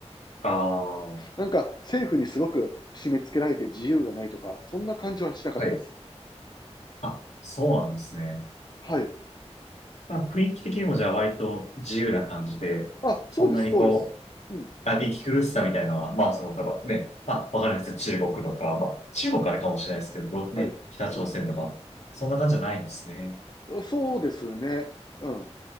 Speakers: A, on the left; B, on the left.
A: ああ、は
B: なんか政府にすごく締め付けられて自由がないとか、そんな感じはしなかったです。
A: いあ、そうなんですね。
B: はい。
A: まあ、雰囲気的にもじゃあ割と自由な感じで、
B: あ、
A: そんなにこう、
B: そうです、そうです。うん。
A: あ息苦しさみたいなのは、まあ、その、例えばね、まあ、わかんないですよ中国とか、まあ、中国あれかもしれないですけど、ね、
B: は
A: 北朝鮮とか、そんな感じじゃないんですね。
B: い。そうですね。うん。